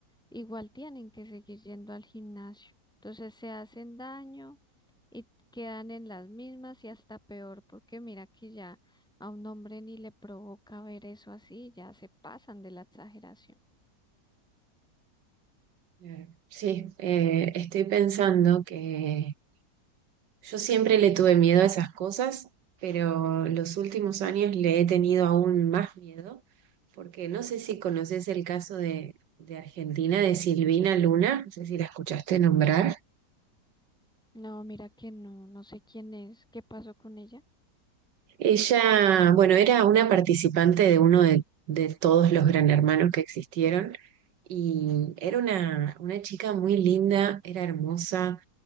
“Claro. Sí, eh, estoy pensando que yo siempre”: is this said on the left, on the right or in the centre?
Right